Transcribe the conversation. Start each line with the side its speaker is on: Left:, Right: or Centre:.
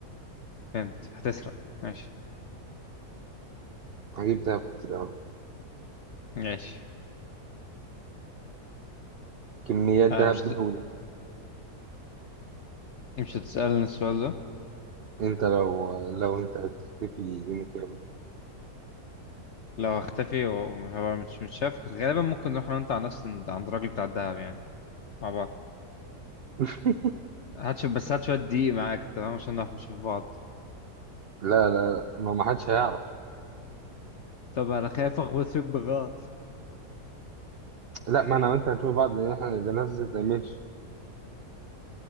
Left: فهمت هتسرق ماشي
Right: هجيب دهب كتير قوي
Left: ماشي
Right: كميات
Left: آه
Right: دهب
Left: مش
Right: مهوله
Left: هت- مش هتسألني السؤال ده
Right: انت لو لو انت هتختفي يوم كامل
Left: لو هختفي ومش هبقى مش متشاف غالبا ممكن نروح انا وانت على نفس عند عند الراجل بتاع الدهب يعني مع بعض
Right: <laughs>
Left: هتشوف بس هات شوية دقيق معاك تمام عشان نعرف نشوف بعض
Right: لا لا لا ما ما حدش هيعرف
Left: طب انا خايف اخبط فيك بغلط
Right: لا ما انا وانت هنشوف بعض لان احنا بنفس الايمج